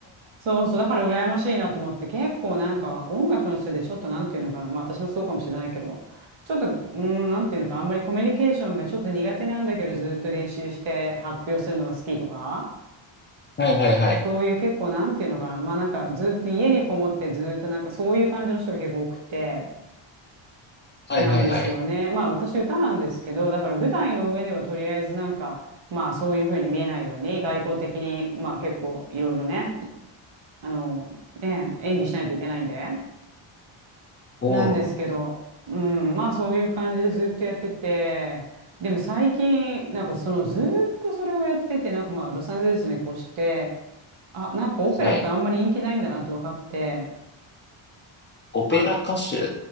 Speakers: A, on the right (about 70°); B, on the left (about 25°).
A: そうそう、だから羨ましいなと思って、結構なんか音楽の人でちょっとなんていうのかな、まあ私もそうかもしれないけど、ちょっと、うん、なんていうのかな、あんまりコミュニケーションがちょっと苦手なんだけど、ずーっと練習して発表するのが好きとか。
B: はいはいはい。
A: そういう結構なんていうのかな、まあなんかずっと家にこもってずっとなんかそういう感じの人が結構多くて、
B: はいはいはい。
A: なんですよね。まあ私歌なんですけど、だから舞台の上ではとりあえずなんか、まあそういうふうに見えないように外交的に、まあ結構いろいろね、あの、ね、演技しないといけないんで、
B: おー。
A: なんですけど、うん、まあそういう感じでずっとやってて、でも最近、なんかそのずっとそれをやってて、なんかまあロサンゼルスに越して、あ、なんかオペラってあんまり人気ないんだなと分かって、
B: はい。オペラ歌手っ
A: あ、